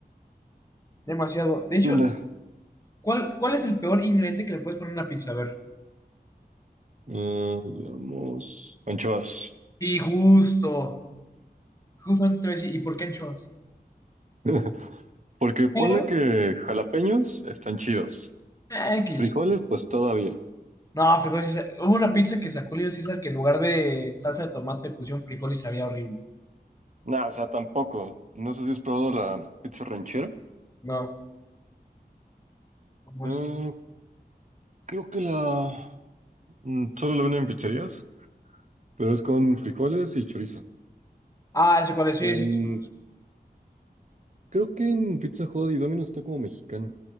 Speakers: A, on the left (about 20°); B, on the right (about 45°).
A: demasiado. De hecho,
B: ¿Qué onda?
A: ¿cuál, cuál es el peor ingrediente que le puedes poner a una pizza? A ver.
B: Ah, veamos. Anchoas.
A: Sí, justo, justamente te voy a decir, ¿y por qué anchoas?
B: <laughs> Porque
A: Pero,
B: ponle que jalapeños están chidos.
A: eh, X.
B: Frijoles, pues todavía.
A: No, frijoles y sal- Hubo una pizza que sacó Julio César que en lugar de salsa de tomate pusieron frijol y sabía horrible.
B: Nada, o sea, tampoco. No sé si has probado la pizza ranchera.
A: No, ¿cómo
B: Eh,
A: es?
B: creo que la... mm, Solo la venden en pizzerías, pero es con frijoles y chorizo.
A: Ah, ese cuál es, sí,
B: En...
A: sí, sí,
B: Creo que en Pizza Hut y Domino's está como mexicana.